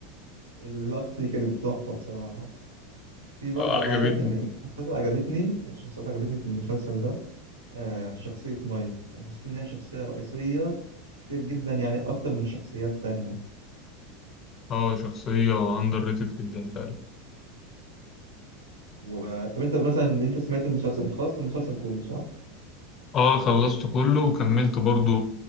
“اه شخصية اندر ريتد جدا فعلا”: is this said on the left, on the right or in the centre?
Left